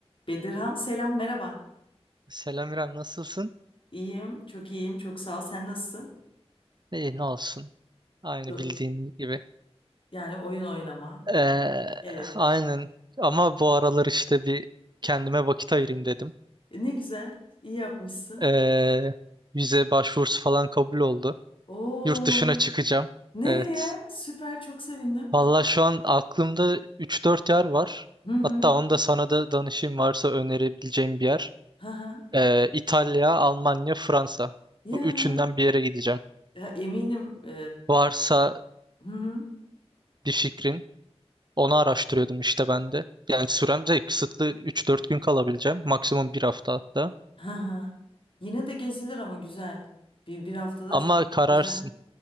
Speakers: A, on the left (about 55°); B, on the right (about 45°).
A: Bedirhan selam merhaba.
B: Selam İrem, nasılsın?
A: İyiyim, çok iyiyim, çok sağ ol. Sen nasılsın?
B: İyi, ne olsun. Aynı
A: Yok,
B: bildiğin gibi.
A: yani oyun oynama,
B: Ee,
A: ev.
B: aynen. Ama bu aralar işte bir kendime vakit ayırayım dedim.
A: E, ne güzel, iyi yapmışsın.
B: Ee, vize başvurusu falan kabul oldu.
A: Oo,
B: Yurt dışına çıkacağım.
A: nereye?
B: Evet.
A: Süper, çok sevindim.
B: Valla şu an aklımda üç dört yer var.
A: Hı hı.
B: Hatta onu da sana da danışayım varsa önerebileceğim bir yer.
A: Hı hı.
B: Ee, İtalya, Almanya, Fransa.
A: Ya,
B: Bu üçünden bir yere gideceğim.
A: ya eminim. e,
B: Varsa
A: hı hı.
B: bir fikrin. Onu araştırıyordum işte ben de. Yani sürem de kısıtlı üç dört gün kalabileceğim. Maksimum bir hafta hatta.
A: Hı hı. Yine de gezilir ama güzel. Bir bir haftada
B: Ama
A: çok
B: kararsın
A: güzel.